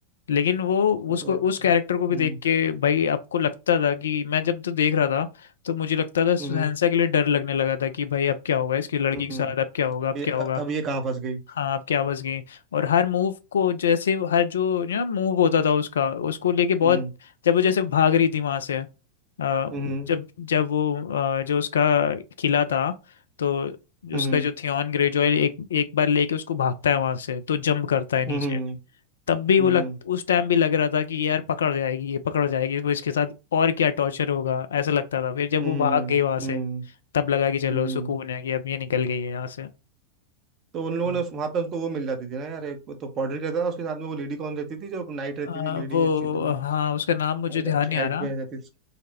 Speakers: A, on the left (about 65°); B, on the right (about 30°).
A: लेकिन वो
B: तो,
A: उसको
B: तो भाई मतलब
A: उस कैरेक्टर को भी
B: हम्म
A: देख के भाई आपको लगता था कि मैं जब तो देख रहा था तो मुझे लगता था सैनसा
B: हम्म
A: के लिए डर लगने लगा था कि भाई अब क्या होगा इसकी लड़की
B: हम्म
A: के साथ अब क्या होगा
B: अब
A: अब
B: ये
A: क्या होगा
B: अब ये कहाँ फंस गई
A: हाँ आपके आवाज की और हर मूव को जैसे हर जो यू नो मूव होता था उसका उसको लेके
B: हम्म
A: बहुत जब वो जैसे भाग रही थी वहां से अ, जब
B: हम्म
A: जब वो अ, जो उसका किला था तो उसका
B: हम्म
A: जो थियॉन ग्रेजॉय एक एक बार लेके उसको भागता है वहां से तो जंप करता है नीचे
B: हम्म हम्म
A: तब भी वो
B: हम्म
A: लग उस टाइम भी लग रहा था कि यार पकड़ जाएगी ये पकड़ जाएगी तो इसके साथ और क्या टॉर्चर होगा ऐसा लगता था फिर जब
B: हम्म
A: वो भाग गई वहां से
B: हम्म
A: तब लगा कि चलो
B: हम्म।
A: सुकून है कि अब ये निकल गई है यहाँ
B: तो उन लोगों
A: से
B: ने वहां पे उनको वो मिल जाती थी ना यार एक वो तो पॉडरी रहता था उसके साथ में वो लेडी कौन रहती थी जो नाइट रहती
A: आ,
B: थी लेडी
A: वो
B: अच्छी लंबी
A: हाँ उसका नाम मुझे
B: हाइट
A: ध्यान
B: अच्छी
A: नहीं
B: हाइट
A: आ रहा
B: पे रहती थी